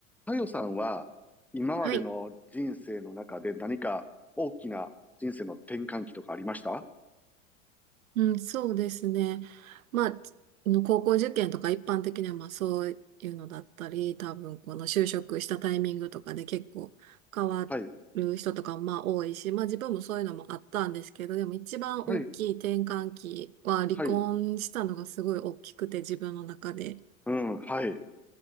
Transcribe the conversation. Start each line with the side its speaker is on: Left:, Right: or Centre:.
Centre: かよさんは、今までの人生の中で何か大きな人生の転換期とかありました
Right: はい。うん、そうですね。まあ、つあの高校受験とか一般的にはまあそういうのだったり、多分この就職したタイミングとかで結構変わる人とかもまあ多いし、
Centre: はい、
Right: まあ自分もそういうのもあったんですけど、でも一番大きい転換期は離婚したのがすごい大きくて自分の中で。
Centre: はい、はい、うん、はい、